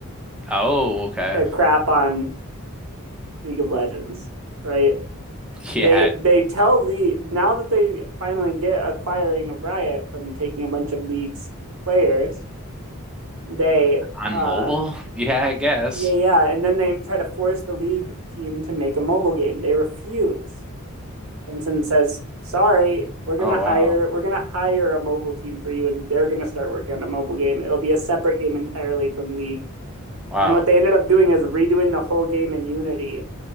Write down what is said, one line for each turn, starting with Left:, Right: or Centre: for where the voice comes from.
Centre: Oh, okay.
Right: to crap on League of Legends, right? They
Centre: Yeah,
Right: they tell Lee now that they finally get acquiring of Riot from taking a bunch of League's players, they
Centre: on
Right: uh
Centre: mobile? <laughs> Yeah, I guess.
Right: yeah yeah, and then they try to force the League team to make a mobile game. They refuse. Tencent says, "Sorry, we're gonna
Centre: Oh,
Right: hire
Centre: wow.
Right: we're gonna hire a mobile team for you, and they're gonna start working on a mobile game. It'll be a separate game entirely from League."
Centre: Wow.
Right: And what they ended up doing is redoing the whole game in Unity,